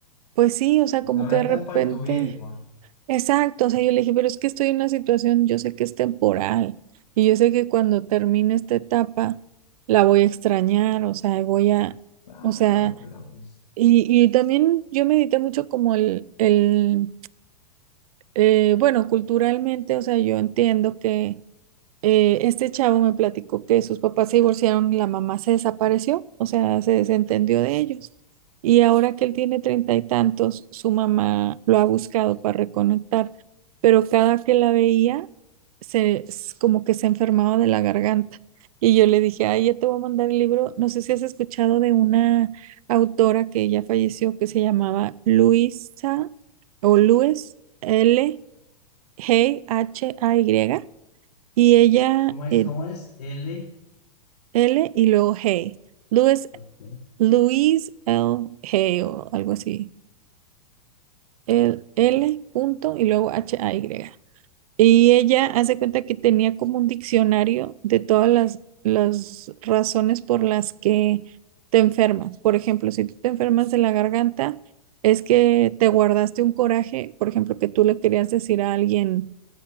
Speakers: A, on the right; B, on the left.
A: pues sí, o sea,
B: Es
A: como
B: una
A: que de
B: etapa
A: repente.
B: de tu vida igual.
A: Exacto, o sea, yo le dije, pero es que estoy en una situación, yo sé que es temporal y yo sé que cuando termine esta etapa la voy a extrañar, o sea, voy a,
B: Claro,
A: o sea,
B: pero pues...
A: y, y también yo medité mucho como el, el Eh, bueno, culturalmente, o sea, yo entiendo que eh, este chavo me platicó que sus papás se divorciaron y la mamá se desapareció, o sea, se desentendió de ellos. Y ahora que él tiene treinta y tantos, su mamá lo ha buscado para reconectar, pero cada que la veía, se, s- como que se enfermaba de la garganta. Y yo le dije, ay, ya te voy a mandar el libro. No sé si has escuchado de una autora que ya falleció, que se llamaba Luisa o Luis L. Hey, H-A-Y, y ella
B: ¿Cómo es?
A: eh,
B: ¿Cómo es? L.
A: L y luego Hey. Luis,
B: ok.
A: Luis L. Hey o algo así. El L punto y luego H-A-Y. Y ella hace cuenta que tenía como un diccionario de todas las, las razones por las que te enfermas. Por ejemplo, si tú te enfermas de la garganta, es que te guardaste un coraje, por ejemplo, que tú le querías decir a alguien